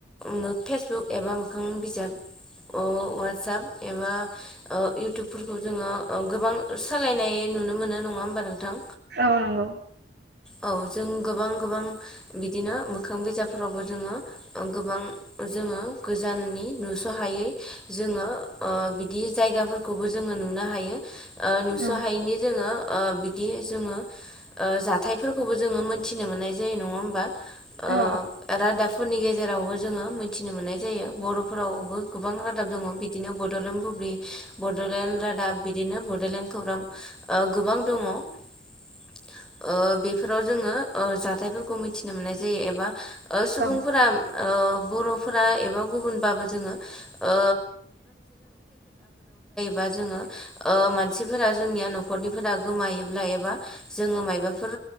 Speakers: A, in the centre; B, on the right.
A: मो फेसबुक एबा मोखां बिजाब अ वा वाटसाप एबा ओ इउटुबफोरखौ जोङो ओ गोबां सालायनाय नुनो मोनो नङा हो होम्बा नोंथां।
B: औ नंगौ।
A: औ जों गोबां गोबां बिदिनो मोखां बिजाबफोरावबो जोङो ओ गोबां ओज जोङो गोजाननि नुस' हायै जोङो ओ बिदि जायगाफोरखौबो जोङो नुनो हायो ओ नुस'
B: औ
A: हायिनि जोङो ओ बिदि जोङो ओ जाथायफोरखौबो जोङो मोनथिनो मोन्नाय जायो नङा होम्बा? ओ
B: औ
A: रादाबफोरनि गेजेरावबो जोङो मोन्थिनो मोन्नाय जायो बर' फ फोरावबो गोबां राद दङ' बिनो बड'लेण्ड बुब्लि बड'लेण्ड रादाब बिदिनो बड'लेण्ड खौराम ओ गोबा बां दङ'। ओ बेफोराव जोङो ओ जाथायफोरखौ मिन्थिनो मोन्नाय जायो एबा ओ सुबुंफोरा
B: औ
A: ओ बर'फोरा एबा गुबुनबाबो जोङो ओ बा जोङो ओ मानसिफोरा जोंनिया नखरनिफोरा गोमायोब्ला एबा जोङो मायबाफोर